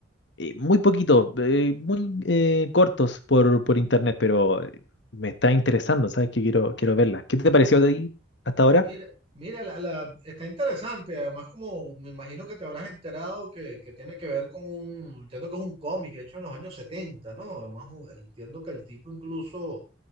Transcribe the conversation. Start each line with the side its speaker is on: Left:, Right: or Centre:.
Left: eh, muy poquitos, eh, muy eh, cortos por, por internet, pero eh, me está interesando, ¿sabes? Que quiero, quiero verlas. ¿Qué te pareció de ahí hasta ahora?
Right: Mira, mira la, la- está interesante. Además, como me imagino que te habrás enterado que, que tiene que ver con un, entiendo que es un cómic hecho en los años 70, ¿no? Además, u- entiendo que el tipo incluso,